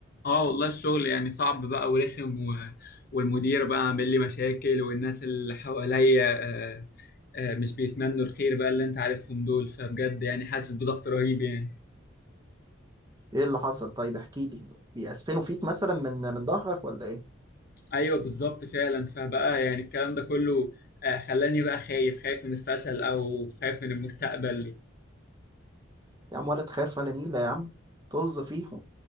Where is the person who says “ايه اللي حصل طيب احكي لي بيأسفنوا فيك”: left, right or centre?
Right